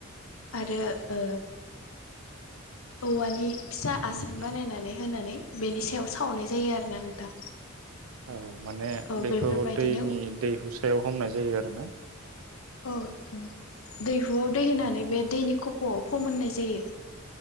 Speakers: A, on the left; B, on the right.
A: आरो ओ औवानि फिसा
B: बेनिफ्राय
A: आसान बानायनानै होनानै बेनि सायाव सावनाय जायो आरोना नोंथां।
B: औ औ माने
A: औ
B: बेखौ
A: बेफोरबायदिनो
B: दैनि दैहु सायाव हमनाय जायो आरो ना?
A: औ औ दैहुआव दै होनानै
B: औ
A: बे
B: औ
A: दैनि खफ'आव फोमोननाय जायो।